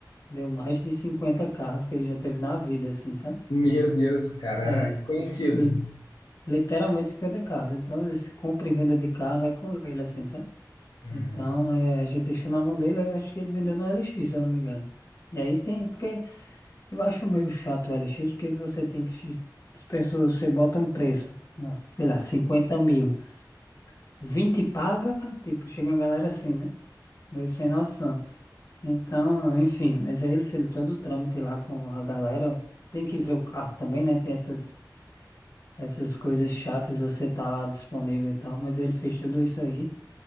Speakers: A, on the left; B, on the left.
A: deu mais de 50 carros que ele já teve na vida, assim, sabe?
B: Meu Deus, cara,
A: É,
B: conhecido.
A: li- literalmente 50 carros. Então, esse compra e venda de carro é com ele, assim, sabe?
B: Hum.
A: Então, é, a gente deixou na mão dele, eu acho que ele vendeu no LX, se eu não me engano. E aí tem, porque eu acho meio chato o LX, porque você tem que. As pessoas, você bota um preço, nossa, sei lá, 50 mil. vinte paga, tipo, chega uma galera assim, né? Meio sem noção. Então, enfim, mas aí ele fez todo o trâmite lá com a galera. Tem que ver o carro também, né? Tem essas, essas coisas chatas, de você tá lá disponível e tal, mas ele fez tudo isso aí